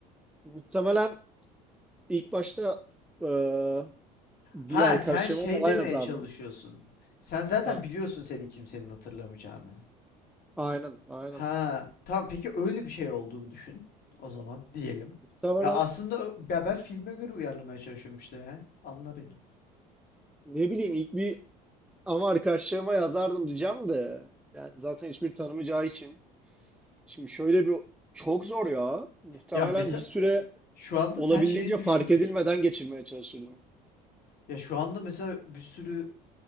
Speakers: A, in the centre; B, on the left.
A: muhtemelen ilk başta ee, bir
B: Ha
A: arkadaşıma
B: sen şey
A: falan
B: demeye
A: yazardım.
B: çalışıyorsun. Sen zaten
A: Ha,
B: biliyorsun senin kimsenin hatırlamayacağını.
A: aynen aynen.
B: Ha, tamam peki öyle bir şey olduğunu düşün o zaman diyelim.
A: Muhtemelen
B: Ya aslında ö- ya ben filme göre uyarlamaya çalışıyorum işte ya. Anla beni.
A: ne bileyim ilk bir ama arkadaşlarıma yazardım diyeceğim de yani zaten hiçbir tanımayacağı için. Şimdi şöyle bir çok zor ya. Muhtemelen
B: Ya mesela
A: bir süre
B: şu anda
A: olabildiğince
B: sen şeyi düşünüyorsun.
A: fark edilmeden geçirmeye çalışırdım.
B: Ya şu anda mesela bir sürü